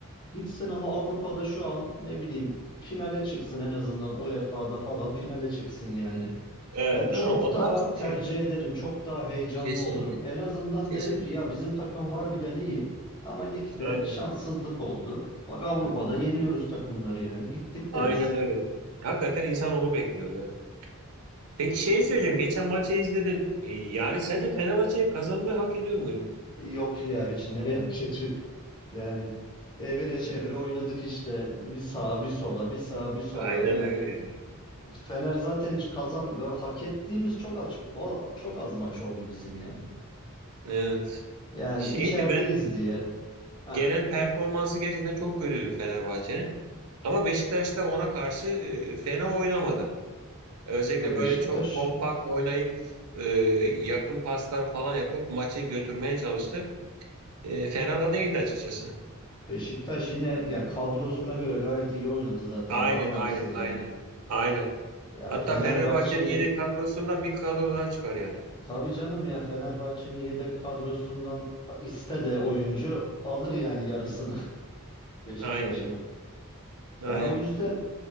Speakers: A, on the left (about 20°); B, on the right (about 85°).
A: Gitsin ama Avrupa'da şu an ne bileyim finale çıksın en azından UEFA'da falan finale çıksın yani.
B: Evet
A: Ya çok
B: değil mi? O
A: daha
B: daha çok
A: tercih
B: şey.
A: ederim, çok daha heyecanlı
B: Kesinlikle.
A: olurum. En azından
B: Kesinlikle.
A: derim ki ya bizim takım harbiden iyi ama ligde
B: Aynen.
A: şanssızlık oldu. Bak Avrupa'da yeniyoruz takımları yani gittik deriz.
B: Aynen öyle. Hakikaten insan onu bekliyor ya. Peki şey
A: E,
B: söyleyeceğim. Geçen maçı izledin. E, Yani sence Fenerbahçe kazanmayı hak ediyor mu?
A: Yok ya hiç nereye <laughs> kötü yani evire çevire oynadık işte bir sağa bir sola bir sağa bir sola
B: Aynen
A: yani
B: öyle.
A: Fener zaten hiç kazan ve hak ettiğimiz çok aç o- çok az maç oldu bizim yani.
B: Evet.
A: Yani
B: Şeydi
A: içerideyiz
B: ben
A: diye. Ha.
B: genel performansı gerçekten çok kötüydü Fenerbahçe'nin. Ama Beşiktaş da ona karşı e, fena oynamadı. Özellikle
A: Ya Beşiktaş
B: böyle çok kompakt oynayıp e, yakın paslar falan yapıp maçı götürmeye çalıştı. E, fena da değildi açıkçası.
A: Beşiktaş yine ya kadrosuna göre gayet iyi oynadı zaten.
B: Aynen
A: Daha ne yapsın
B: aynen
A: yani?
B: aynen. Aynen.
A: Ya
B: Hatta
A: Fenerbahçe
B: Fenerbahçe'nin
A: ile
B: yedek kadrosundan bir kadro daha çıkar yani.
A: tabii canım ya Fenerbahçe'nin yedek kadrosundan iste de oyuncu alır yani yarısını <laughs> Beşiktaş'a.
B: Aynen iyi. Aynen.
A: Ya o yüzden